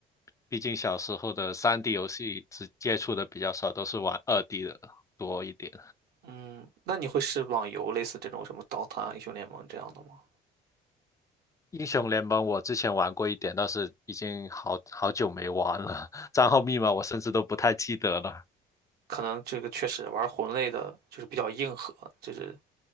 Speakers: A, on the left; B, on the right.
A: 毕竟小时候的三 d 游戏只接触的比较少，都是玩二 d 的多一点。
B: 嗯，那你会是网游类似这种什么《刀塔》《英雄联盟》这样的吗？
A: 英雄联盟我之前玩过一点，但是已经好好久没玩了，<laughs> 账号密码我甚至都不太记得了。
B: 可能这个确实玩魂类的，就是比较硬核，就是